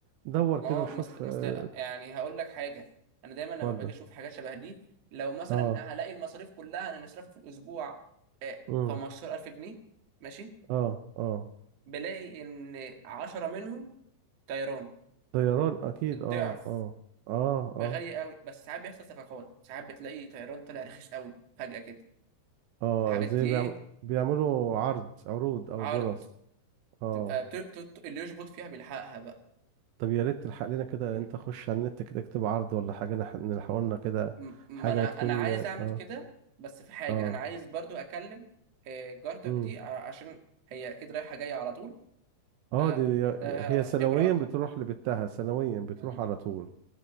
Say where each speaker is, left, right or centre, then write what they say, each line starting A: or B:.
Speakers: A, on the right; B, on the right.
A: دور
B: ما
A: كده
B: هو
A: وشوف
B: مثل مثل
A: آه،
B: يعني هقول لك حاجه انا دايما لما
A: اتفضل
B: باجي اشوف حاجات شبه دي لو مثلا
A: اه
B: هلاقي المصاريف كلها انا نصرفها في الاسبوع آه،
A: امم
B: 15000 جنيه ماشي
A: اه اه
B: بلاقي ان 10 منهم طيران
A: طيران اكيد
B: الضعف
A: اه اه اه اه
B: غالي قوي بس ساعات بيحصل صفقات ساعات بتلاقي طيران طلع رخيص قوي فجأة كده
A: اه
B: الحاجات
A: زي
B: دي
A: بيعم...
B: ايه
A: بيعملوا عرض عروض او
B: عرض
A: بونص اه
B: تبقى بت- بت- اللي يشبط فيها بيلحقها
A: طب يا ريت تلحق لنا كده
B: بقى
A: انت خش على النت كده اكتب عرض ولا حاجه نح... نلحق لنا كده
B: م-
A: حاجه
B: ما انا
A: تكون
B: انا عايز
A: اه
B: اعمل كده بس في حاجه
A: اه
B: انا عايز برضو اكلم آه، جارتك
A: امم
B: دي ع- عشان هي اكيد رايحه جايه على طول
A: اه
B: فعندها
A: دي هي سنويا
B: خبره اكتر
A: بتروح لبتها سنويا بتروح
B: مم.
A: على طول